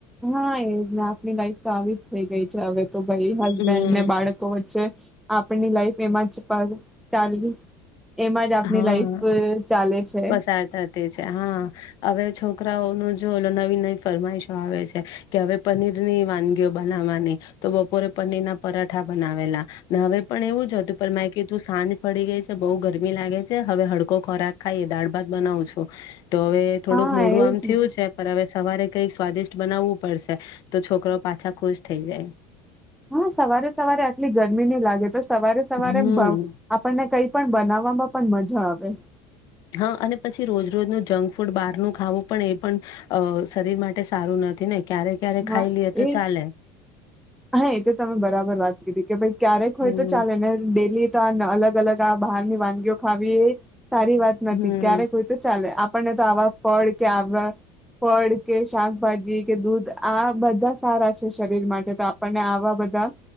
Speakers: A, in the centre; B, on the left (about 50°).
A: હા એજ ને આપની લાઈફ તો આવી જ થઈ ગઈ હવે તો ભાઈ
B: હમ
A: હસબેન્ડને બાળકો વચ્ચે આપણી લાઈફ એમાં જ પર ચાલવી એમાં જ આપણી
B: હા
A: લાઈફ ચાલે છે
B: પસાર થતી છે, હા અવે છોકરાઓ નુ જો નવી નવી ફરમાઈશો આવે છે કે હવે પનીરની વાનગીઓ બનાવવાની તો બપોરે પનીરના પરાઠા બનાવેલા ને હવે પણ એવું જ હતું પણ મેં કીધુ સાને પડી ગઈ છે બઉ ગરમી લાગે છે. હવે હડકો ખોરાક ખાઈએ દાળ ભાત બનાવું છો તો હવે થોડુંક
A: હા
B: મોઢું
A: એજ
B: આમ થયું
A: ને
B: છે પણ હવે સવારે કઈક સ્વાદિષ્ટ બનાવવું પડશે તો છોકરો પાછા ખુશ થઈ જાય.
A: હા સવારે સવારે આટલી ગરમી નહી લાગે તો સવારે સવારે
B: હમ
A: આપણને કઈ પણ બનાવવામાં પણ મજા આવે.
B: હા અને પછી રોજ રોજનું જંક ફૂડ બહારનું ખાવું પણ એ પણ અ શરીર માટે સારું નથી ને. ક્યારે ક્યારે
A: હા
B: ખાઈ લઈએ તો
A: એ
B: ચાલે.
A: હા એ તો તમે બરાબર વાત કીધી કે ભાઈ ક્યારેક હોય
B: હમ
A: તો ચાલે ને પેલી તો અલગ અલગ આ બહારની વાનગીઓ ખાવી સારી વાત નથી
B: હમ
A: ક્યારેક હોય તો ચાલે આપણને તો આવા ફળ કે આવા ફળ કે શાકભાજી કે દૂધ આ બધા સારા છે શરીર માટે તો આવા બધા